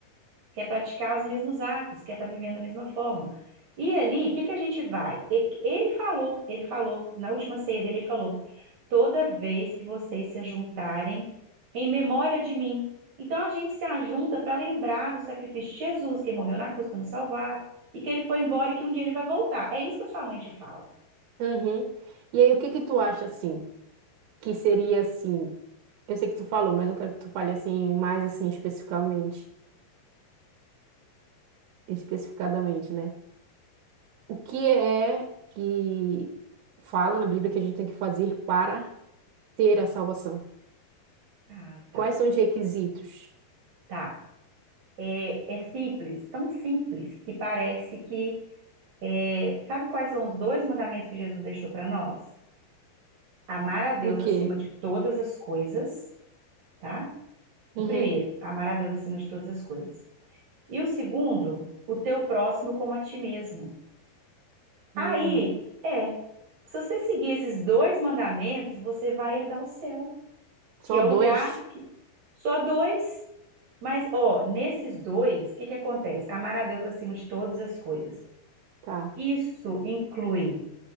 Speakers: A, on the right; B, on the right.
A: quer praticar os mesmos atos, quer estar vivendo da mesma forma. E ali, o que que a gente vai? E- Ele falou, ele falou, na última ceia dele, ele falou: toda vez que vocês se juntarem em memória de mim. Então a gente se ajunta para lembrar do sacrifício de Jesus, que morreu na cruz para nos salvar, e que ele foi embora e que um dia ele vai voltar. É isso que a sua mãe te fala.
B: Uhum. E aí, o que que tu acha assim? Que seria assim? Eu sei que tu falou, mas eu quero que tu fale assim mais assim especificamente, especificadamente, né? O que é que fala na Bíblia que a gente tem que fazer para ter a salvação?
A: Ah, tá.
B: Quais são os requisitos?
A: Tá. É, é simples, tão simples que parece que. é, sabe quais são os dois mandamentos que Jesus deixou para nós? Amar a Deus
B: E o quê?
A: acima de todas as coisas, tá? O
B: Uhum.
A: primeiro, amar a Deus acima de todas as coisas. E o segundo, o teu próximo como a ti mesmo. Aí,
B: Hum.
A: é. Se você seguir esses dois mandamentos, você vai herdar o céu.
B: Só
A: que é
B: dois?
A: o lugar que só dois, mas ó, nesses dois, o que que acontece? Amar a Deus acima de todas as coisas.
B: Tá.
A: Isso inclui